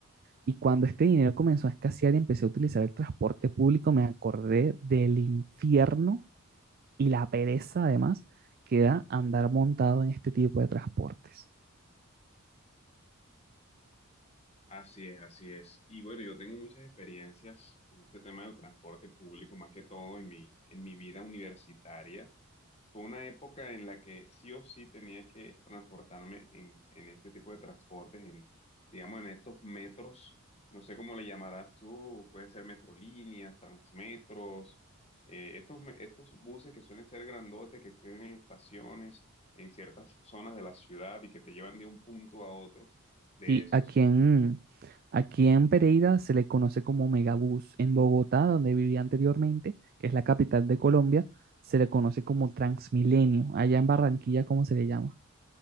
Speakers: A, on the right; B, on the left.
A: Y cuando este dinero comenzó a escasear y empecé a utilizar el transporte público, me acordé del infierno y la pereza además que da andar montado en este tipo de transportes.
B: Así es, así es. Y bueno, yo tengo muchas experiencias con este tema del transporte público, más que todo en mi, en mi vida universitaria. Fue una época en la que sí o sí tenía que transportarme en, en este tipo de transportes, en, digamos, en estos metros, no sé cómo le llamarás tú, pueden ser metrolíneas, transmetros, eh, estos, me- estos buses que suelen ser grandotes, que tienen estaciones en ciertas zonas de la ciudad y que te llevan de un punto a otro de
A: Sí,
B: esos.
A: aquí en, aquí en Pereira se le conoce como Megabús. En Bogotá, donde vivía anteriormente, que es la capital de Colombia, se le conoce como Transmilenio. Allá en Barranquilla, ¿cómo se le llama?